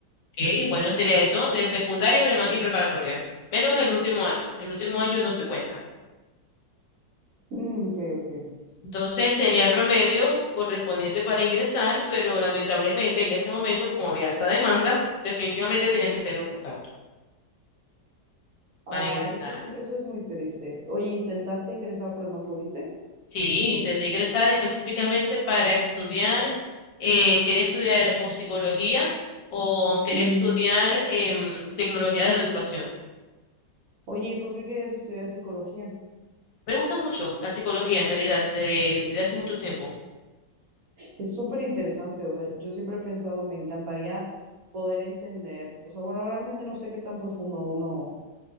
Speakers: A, on the left; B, on the right.
A: ok, bueno, sería eso, de secundaria y prima- y preparatoria, menos el último año, el último año no se cuenta.
B: Mm, ok, ok.
A: Entonces tenía promedio correspondiente para ingresar, pero lamentablemente en ese momento, como había alta demanda, definitivamente tenías que tener un contacto
B: Ah,
A: para ingresar.
B: eso es, mu- eso es muy triste. Oye, ¿intentaste ingresar pero no pudiste?
A: Sí, intenté ingresar específicamente para estudiar, eh, quería estudiar o psicología o quería
B: Ujú.
A: estudiar em, tecnología de la educación.
B: Oye, ¿y por qué querías estudiar psicología?
A: Me gusta mucho la psicología en realidad desde, desde hace mucho tiempo.
B: Es súper interesante, o sea, yo siempre he pensado, me encantaría poder entender, o sea, bueno, realmente no sé qué tan profundo uno,